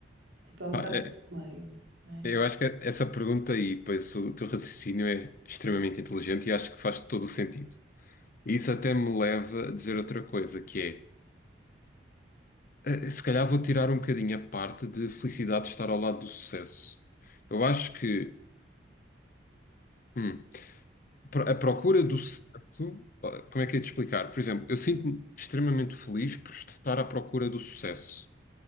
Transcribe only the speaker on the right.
Tipo, é um
bocado
do teu meio, não é?